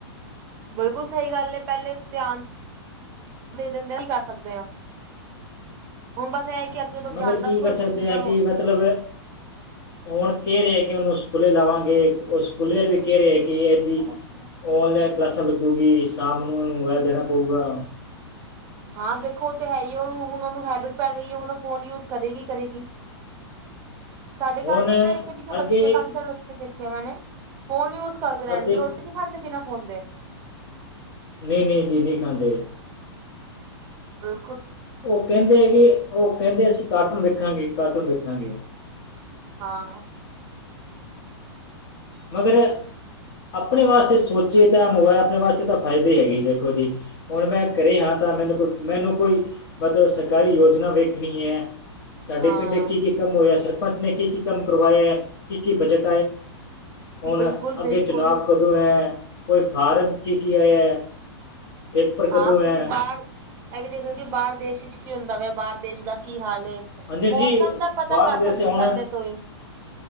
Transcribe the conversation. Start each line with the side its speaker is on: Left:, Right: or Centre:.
Right: ਬਿਲਕੁਲ ਸਹੀ ਗੱਲ ਹੈ ਪਹਿਲੇ ਧਿਆਨ ਦੇ ਦਿੰਦੇ ਨਹੀਂ ਕਰ ਸਕਦੇ ਆ ਹੁਣ ਬਸ ਇਹ ਕਿ ਅੱਗੇ ਤੋਂ
Left: ਮਗਰ
Right: ਧਿਆਨ
Left: ਕੀ
Right: ਰੱਖੋ
Left: ਕਰ
Right: ਇਸ
Left: ਸਕਦੇ
Right: ਚੀਜ਼ ਦਾ
Left: ਹਾਂ
Right: ਹੋਰ
Left: ਕਿ ਮਤਲਬ ਹੁਣ ਕਹਿ ਰਿਹਾ ਕਿ ਉਹਨੂੰ ਸਕੂਲੇ ਲਾਵਾਂਗੇ ਉਹ ਸਕੂਲੇ ਵੀ ਕਹਿ ਰਹੇ ਕਿ ਕਿ ਇਹਦੀ
Right: ਕੀ
Left: ਔਨਲਾਈਨ ਕਲਾਸਾਂ ਲੱਗੂ ਗੀ ਸ਼ਾਮ ਨੂੰ ਇਹਨੂੰ ਮੋਬਾਇਲ ਦੇਣਾ ਪਊਗਾ
Right: ਹਾਂ ਦੇਖੋ ਉਹ ਤੇ ਹੈ ਹੀ ਉਹੁਣ ਉਹਨੂੰ ਹੈਬਿਟ ਪੈ ਗਈ ਹੈ ਹੁਣ ਫੋਨ ਯੂਜ ਕਰੇਗੀ ਕਰੇਗੀ। ਸਾਡੇ
Left: ਹੁਣ
Right: ਘਰ ਵੀ ਇਨੇ ਨਿੱਕੇ ਨਿੱਕੇ
Left: ਅੱਗੇ
Right: ਬੱਚੇ ਕਾਫੀ ਸਾਰੇ ਬੱਚੇ ਦੇਖੇ ਮੇਨੈ ਫੋਨ ਯੂਜ ਕਰਦੇ ਰਹਿਣਗੇ
Left: ਅਤੇ
Right: ਰੋਟੀ ਨੀ ਖਾਂਦੇ ਬਿਨਾਂ ਫੋਨਦੇ
Left: ਨਹੀਂ-ਨਹੀਂ ਜੀ ਨਹੀਂ ਖਾਂਦੇ।
Right: ਬ
Left: ਉਹ ਕਹਿੰਦੇ ਹੈਗੀ ਉਹ ਕਹਿੰਦੇ ਅਸੀਂ ਕਾਰਟੂਨ ਵੇਖਾਂਗੇ ਕਾਰਟੂਨ ਵੇਖਾਂਗੇ।
Right: ਹਾਂ।
Left: ਮਗਰ ਆਪਣੇ ਵਾਸਤੇ ਸੋਚੀਏ ਤਾਂ ਮੋਬਾਈਲ ਆਪਣੇ ਵਾਸਤੇ ਤਾਂ ਫਾਇਦੇ ਹੀ ਹੈਗੇ ਦੇਖੋ ਜੀ ਹੁਣ ਮੈਂ ਘਰੇ ਹਾਂ ਤਾਂ ਮੈਨੂੰ ਕੋਈ ਮੈਨੂੰ ਕੋਈ ਮਤਲਬ ਸਰਕਾਰੀ ਯੋਜਨਾ ਵੇਖਣੀ ਐ। ਸਾਡੇ
Right: ਹਾਂ।
Left: ਪਿੰਡ ਕੀ ਕੀ ਕੰਮ ਹੋਇਆ ਸਰਪੰਚ ਨੇ ਕੀ ਕੀ ਕੰਮ ਕਰਵਾਇਆ ਐ ਕੀ-ਕੀ ਬਜਟ ਹੁਣ
Right: ਬਿਲਕੁਲ
Left: ਅੱਗੇ
Right: ਬਿਲਕੁਲ
Left: ਚੁਣਾਵ ਕਦੋਂ ਐ ਕੋਈ ਫਾਰਮ ਕੀ ਕੀ ਆਇਆ ਹੈ ਪੇਪਰ
Right: ਹਾਂ
Left: ਕਦੋਂ
Right: ਤੁਸੀਂ
Left: ਹੈ
Right: ਬਾਹਰ ਇਹ ਵੀ ਦੇਖ ਸਕਦੇ ਕਿ ਬਾਹਰ ਦੇਸ਼ ਵਿੱਚ ਕੀ ਹੁੰਦਾ ਵੈ ਬਾਹਰ ਦੇਸ਼ ਦਾ ਕੀ ਹਾਲ ਐ
Left: ਹਾਂਜੀ ਜੀ
Right: ਮੌਸਮ ਦਾ ਪਤਾ
Left: ਬਾਹਰ
Right: ਕਰ
Left: ਵਿਦੇਸ਼
Right: ਸਕਦੇ
Left: ਹੁਣ
Right: ਹੋ ਪਹਿਲੇ ਤੋਂ ਹੀ